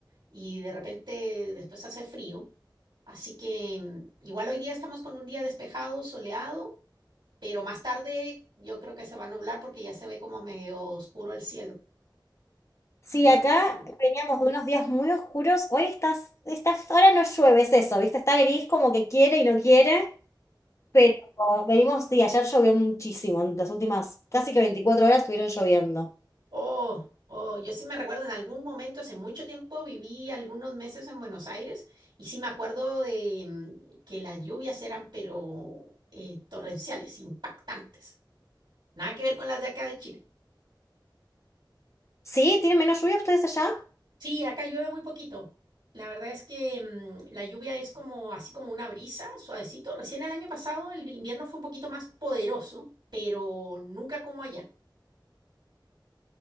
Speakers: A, on the right; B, on the left.
A: y de repente después hace frío. Así que mm, igual hoy día estamos con un día despejado, soleado, pero más tarde yo creo que se va a nublar porque ya se ve como medio oscuro el cielo.
B: Sí,
A: Increíble.
B: acá veníamos de unos días muy oscuros. Hoy estás, estás, ahora no llueve, es eso, ¿viste? Está gris como que quiere y no quiere, pero venimos, sí, ayer llovió muchísimo, en las últimas casi que 24 horas estuvieron lloviendo.
A: Oh, oh, yo sí me recuerdo, en algún momento, hace mucho tiempo, viví algunos meses en Buenos Aires y sí me acuerdo de mm, que las lluvias eran, pero eh, torrenciales, impactantes. Nada que ver con las de acá de Chile.
B: ¿Sí? ¿Tienen menos lluvia ustedes allá?
A: Sí, acá llueve muy poquito. La verdad es que mm, la lluvia es como así como una brisa, suavecito. Recién el año pasado el invierno fue un poquito más poderoso, pero nunca como allá.